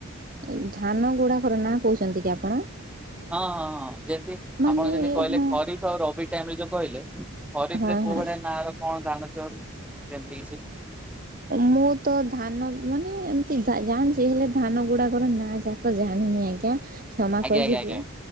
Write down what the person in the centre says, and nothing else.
ହଁ ହଁ ହଁ ଯେମିତି
ଆପଣ ଯେମିତି କହିଲେ।
ଖରିଫ ଆଉ ରବି ଟାଇମ ରେ ଯୋଉ କହିଲେ ଖରିଫ
ରେ କୋଉ
ଭଳିଆ ନାଁ ର କଣ ଧାନ ଥିବ। ସେମିତି କିଛି।
ଆଜ୍ଞା
ଆଜ୍ଞା ଆଜ୍ଞା।